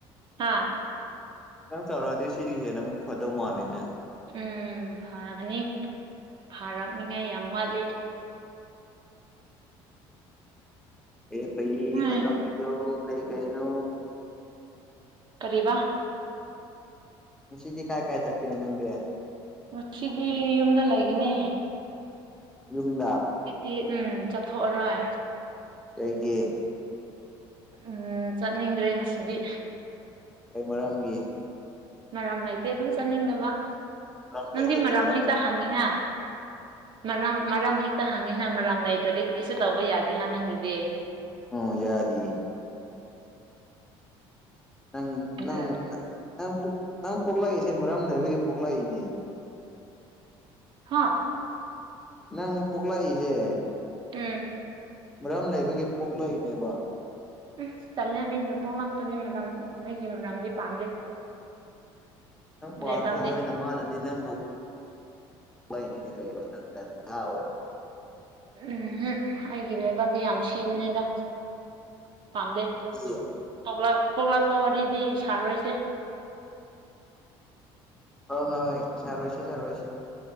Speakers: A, on the right (about 45°); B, in the centre.
A: ꯍꯥꯥ
B: ꯅꯪ ꯆꯥꯎꯔꯛꯑꯗꯤ ꯁꯤꯗꯤ ꯍꯦꯟꯅ ꯑꯃꯨꯛ ꯐꯗꯧ ꯃꯥꯂꯦꯅꯦ
A: ꯎꯝ ꯐꯒꯅꯤ ꯐꯥꯔꯛꯅꯤꯉꯥꯏ ꯌꯥꯝ ꯋꯥꯠꯂꯤ
B: ꯑꯦ ꯄꯩ
A: ꯎꯝ
B: ꯑꯣꯅꯣ ꯄꯤꯌꯣ ꯀꯩ ꯀꯥꯏ ꯅ
A: ꯀꯔꯤꯕꯥ
B: ꯁꯤꯗꯤ ꯀꯥꯏ ꯀꯥꯏ ꯆꯠꯇꯃꯤ ꯅꯪꯒꯦ
A: ꯉꯗꯤ ꯌꯨꯝꯗ ꯂꯩꯒꯅꯤ
B: ꯌꯗ
A: ꯍꯥꯏꯗꯤ ꯎꯝ ꯆꯠꯊꯣꯛꯑꯔꯣꯏ
B: ꯑꯩꯒꯤꯦ
A: ꯎꯝ ꯆꯠꯅꯤꯡꯗ꯭ꯔꯦ ꯉꯁꯤꯗꯤ
B: ꯀꯩ ꯃꯔꯝꯒꯤ
A: ꯃꯔꯝ ꯂꯩꯇꯦ ꯑꯗꯨꯝ ꯆꯠꯅꯤꯡꯗꯕ
B: ꯃꯔꯝ
A: ꯅꯪꯗꯤ
B: ꯂꯩꯇ꯭ꯔꯗꯤ
A: ꯃꯔꯝ ꯍꯦꯛꯇ ꯍꯪꯉꯤꯍ ꯃꯔꯝ ꯃꯔꯝ ꯍꯦꯛꯇ ꯍꯪꯉꯤ ꯃꯔꯥꯝ ꯂꯩꯇꯗꯤ ꯀꯔꯤꯁꯨ ꯇꯧꯕ ꯌꯥꯗꯦꯍ ꯅꯪꯒꯤꯗꯤ
B: ꯑꯣꯝ ꯌꯥꯗꯤ ꯅꯪ ꯅꯪ
A: ꯃꯔꯝ
B: ꯅꯪ ꯅꯪ ꯄꯣꯛꯂꯛꯏꯁꯦ ꯃꯔꯝ ꯂꯩꯕꯒꯤ ꯄꯣꯛꯂꯛꯏꯅꯦ
A: ꯍꯥꯥ
B: ꯅꯪ ꯄꯣꯛꯣꯛꯂꯛꯏꯁꯦ
A: ꯎꯝ
B: ꯃꯔꯝ ꯂꯩꯕꯒꯤ ꯄꯣꯛꯂꯣꯏꯅꯦꯕ
A: ꯎ ꯆꯠꯂꯦ ꯑꯩꯅ ꯄꯣꯛ ꯂꯥꯛꯄꯅꯤ ꯃꯔꯝ ꯑꯩꯒꯤ ꯃꯔꯝꯗꯤ ꯄꯥꯝꯗꯦ
B: ꯅꯪ ꯄꯥꯝꯗꯨꯁꯨꯅ
A: ꯂꯩꯕꯥꯛꯗꯤ
B: ꯃꯥꯅꯗꯤ ꯅꯪꯕꯨ ꯀꯣꯏꯅꯤ ꯅ ꯀꯔꯣ ꯅꯪꯒ ꯊ
A: ꯎꯝꯝ ꯑꯩꯒꯤ ꯂꯩꯕꯥꯛꯇ ꯌꯥꯝ ꯁꯤꯕꯅꯤꯅ ꯄꯥꯝꯗꯦ
B: ꯍꯣꯏ
A: ꯄ ꯄꯣꯛꯂꯥꯛꯄ ꯋꯥꯔꯤꯗꯤ ꯁꯥꯔꯔꯣꯏꯁꯦ
B: ꯍ ꯍꯣꯏ ꯍꯣꯏ ꯁꯔꯣꯁ ꯁꯔꯨꯁ